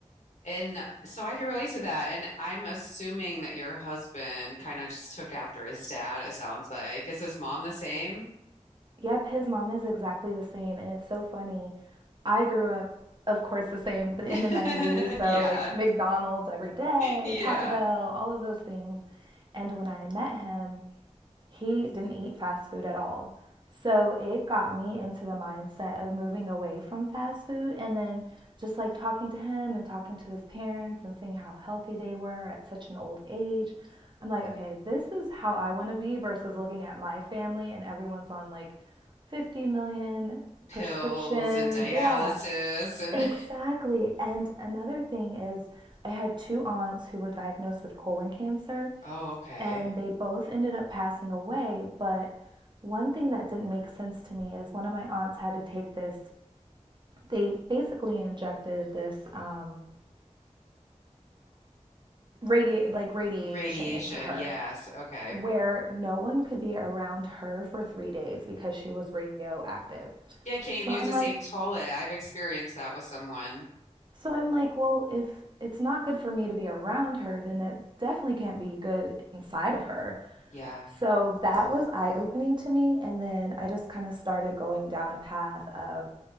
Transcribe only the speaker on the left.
and so I can relate to that. And I'm assuming that your husband kind of just took after his dad, it sounds like. Is his mom the same?
<laughs>
Yeah.
Yeah.
Pills
and dialysis
and
<laughs> oh, okay.
Radiation.
Yes. Okay.
Yeah, you can't even
use
the
same toilet. I've experienced that with someone.
Yeah.